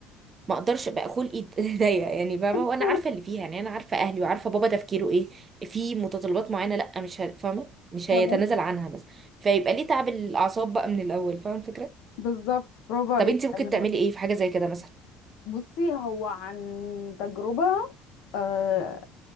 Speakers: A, on the right; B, on the left.
A: ما اقدرش بقى خلقي <laughs> ضيق يعني فاهمه
B: <laughs>
A: وانا عارفه اللي فيها يعني انا عارفه اهلي وعارفه بابا تفكيره ايه في متطلبات معينه لا مش ه- فاهمه مش
B: فاهمك
A: هيتنازل عنها مثلا فيبقى ليه تعب الاعصاب بقى من الاول فاهمه الفكره
B: بالظبط برافو عليك
A: طب انت ممكن
B: ايوه
A: تعملي ايه في حاجه زي كده مثلا
B: بصي هو عن تجربه آه